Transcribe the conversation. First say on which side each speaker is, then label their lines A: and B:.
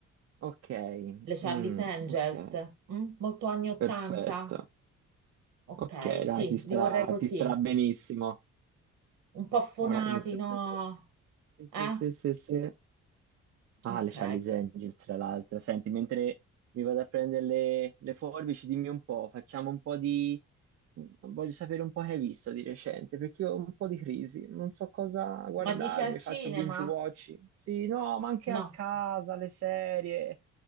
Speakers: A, on the right; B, on the right.
A: Ok,
B: Le Charlie's
A: mm,
B: Angels,
A: ok,
B: mm? Molto anni 80?
A: perfetto.
B: Ok,
A: Ok,
B: sì,
A: dai, ti starà,
B: li vorrei così,
A: ti starà benissimo.
B: un po' affonati,
A: Ora inizia
B: no?
A: a prendere. Sì,
B: Eh?
A: sì, sì, sì, sì. Ah,
B: Ok.
A: le Charlie's Angels, tra l'altro. Senti, mentre mi vado a prendere le, le forbici, dimmi un po', facciamo un po' di... mm, Voglio sapere un po' che hai visto di recente, perché io ho un po' di crisi, non so cosa guardarmi,
B: Ma dici al cinema?
A: faccio binge watch. Sì, no, ma anche
B: No.
A: a casa, le serie,